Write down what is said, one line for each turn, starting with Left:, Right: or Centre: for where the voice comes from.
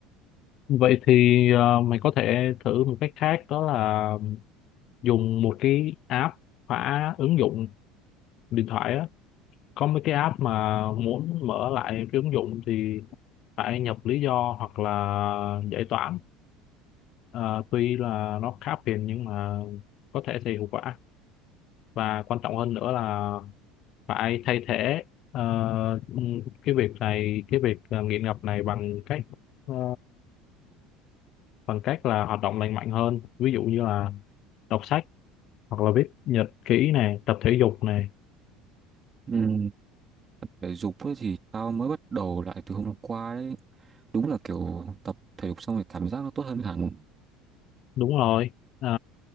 Left: vậy thì ờ, mày có thể thử một cách khác đó là dùng một cái app khóa ứng dụng điện thoại á có mấy cái app mà muốn mở lại cái ứng dụng thì phải nhập lý do hoặc là giải toán Ờ, tuy là nó khá phiền nhưng mà có thể thì hiệu quả và quan trọng hơn nữa là phải thay thế ờ, cái việc này cái việc ờ, nghiện ngập này bằng cách ờ, bằng cách là hoạt động lành mạnh hơn ví dụ như là đọc sách hoặc là viết nhật ký này tập thể dục này
Right: ừ. thể dục ấy thì tao mới bắt đầu lại từ hôm qua đấy đúng là kiểu tập thể dục xong rồi cảm giác nó tốt hơn hẳn
Left: đúng rồi Ờ,